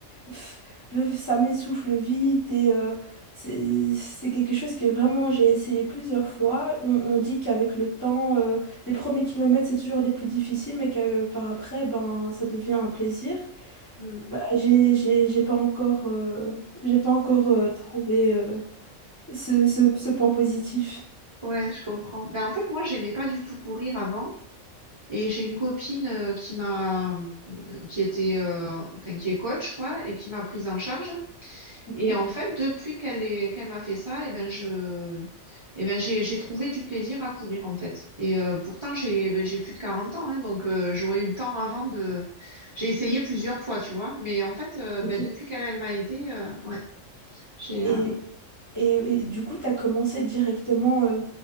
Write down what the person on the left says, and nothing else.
pff, le, ça m'essouffle vite. Et euh, c'est, c'est quelque chose que vraiment j'ai essayé plusieurs fois. On, on dit qu'avec le temps, euh, les premiers kilomètres, c'est toujours les plus difficiles, mais que, euh, par après, ben, ça devient un plaisir.
Bah, j'ai, j'ai, j'ai pas encore, euh, j'ai pas encore euh, trouvé euh, ce, ce, ce point positif.
Ok,
ok.
Et,
et, et du coup, tu as commencé directement euh,